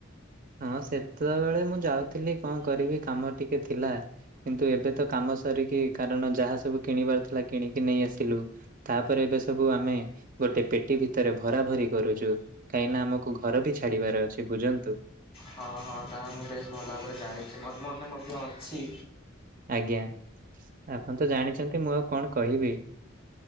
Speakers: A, on the right (about 45°); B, on the left (about 30°).
A: ହଁ ସେତେବେଳେ ମୁଁ ଯାଉଥିଲି, କଣ କରିବି? କାମ ଟିକେ ଥିଲା। କିନ୍ତୁ ଏବେ ତ କାମ ସାରିକି, କାରଣ ଯାହା ସବୁ କିଣିବାର ଥିଲା କିଣିକି ନେଇ ଆସିଲୁ ତାପରେ ଏବେ ସବୁ ଆମେ ଗୋଟେ ପେଟି ଭିତରେ ଭରା ଭରି କରୁଛୁ କାହିଁନା ଆମକୁ ଘର ବି ଛାଡିବାର ଅଛି, ବୁଝନ୍ତୁ?
B: ହଁ ହଁ, ତାହା ମୁଁ ବେଶ୍ ଭଲ ଭାବରେ ଜାଣିଛି ମୋର ମନେ ମଧ୍ୟ ଅଛି।
A: ଆଜ୍ଞା, ଆପଣ ତ ଜାଣିଛନ୍ତି ମୁଁ ଆଉ କଣ କହିବି?